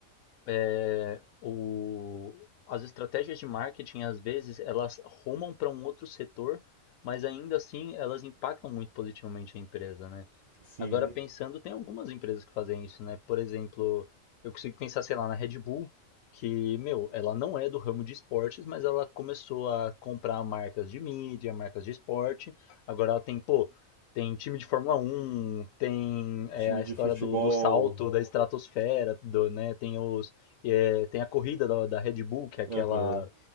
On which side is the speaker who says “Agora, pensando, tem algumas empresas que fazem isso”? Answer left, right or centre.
Left